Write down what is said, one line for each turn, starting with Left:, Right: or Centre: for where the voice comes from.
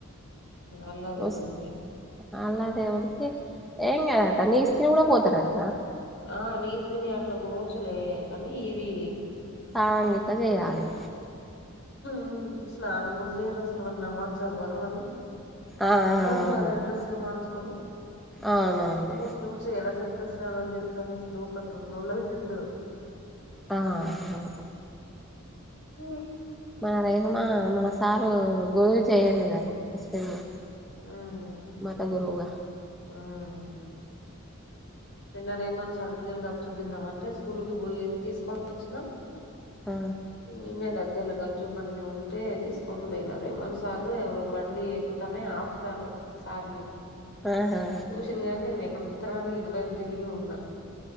Left: అల్లా దేవునికి
Centre: ఓస్ అల్లా దేవుడికి ఏం కాదట నీస్ తిని కూడా పోతరట
Left: ఆ నీస్ దిని అట్లా పోవోచ్చులే కానీ ఇది
Centre: స్నానం గిట్ల చేయాలి
Left: ఆ స్నానం కూడా చేయరు అసలు వాళ్ళు నమాజ్ చదవరు వాళ్ళు
Centre: ఆ ఆ
Left: బుర్కాల
Centre: అవును
Left: డ్రెస్సులు మార్చుకొని
Centre: అవునవును
Left: ముస్లిం చేలసర్కా స్నాలాలు చేస్తారు అసల్ ఒకట్రెండు రోజులక్ జెత్తారు
Centre: ఆహా
Left: ఉహ్
Centre: మన రహమా మన సారు గోరువు చేయండి కదా ముస్లింలు
Left: మ్మ్
Centre: మాత గురవుగా
Left: మ్మ్ నిన్న రెహ్మాన్ సార్ పిల్లలు గప్ చుప్ తిందమంటే స్కూల్ కి పోయి తీసుకొనోచ్చినా
Centre: ఆ
Left: ఇడ్నే దగ్గరలో గప్ చుప్ బన్నీ ఉంటే తీసుకొని పోయినా రెహ్మాన్ సారు ఎవరో బండి ఏక్కుతానే ఆపుతారు సార్ని
Centre: ఆహా
Left: సుషిన్ గని నేను ఎక్కడ చూస్తారా అని ఇంటి వైపు తిరిగి ఉన్నా